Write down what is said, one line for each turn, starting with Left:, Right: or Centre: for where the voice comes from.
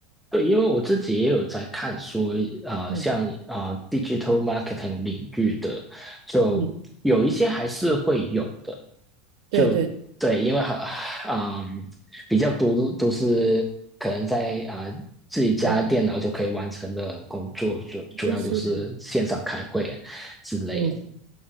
Centre: 对，因为我自己也有在看说，呃，
Right: 嗯
Centre: 像啊、呃 digital marketing 领域的，就有一些还是会有的，
Right: 嗯，对对
Centre: 就对，因为好，嗯，比较多都是可能在啊、呃自己家电脑就可以完成的工作，
Right: 对，
Centre: 主主要就是线上开会之类
Right: 就是嗯。